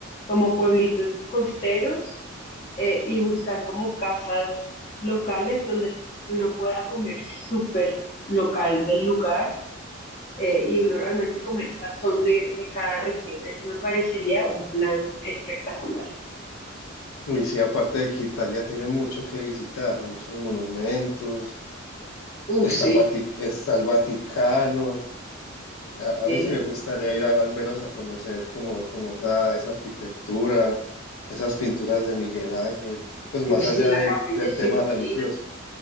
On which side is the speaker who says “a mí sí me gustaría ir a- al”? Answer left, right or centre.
Left